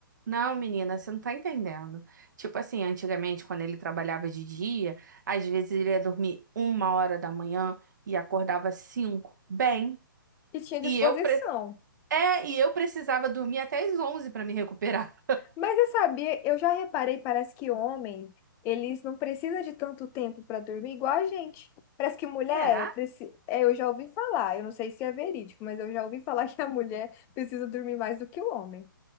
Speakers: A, on the right (about 55°); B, on the left (about 20°).
A: Não, menina, você não tá entendendo. Tipo assim, antigamente, quando ele trabalhava de dia, às vezes ele ia dormir uma hora da manhã e acordava cinco. Bem,
B: E tinha disposição.
A: e eu, pre... é, e eu precisava dormir até às 11 para me recuperar.
B: Mas você sabia, eu já reparei, parece que homem, eles não precisam de tanto tempo para dormir igual a gente. Parece que
A: <laughs>
B: mulher,
A: Será?
B: preci- é, eu já ouvi falar, eu não sei se é verídico, mas eu já ouvi falar <laughs> que a mulher precisa dormir mais do que o homem.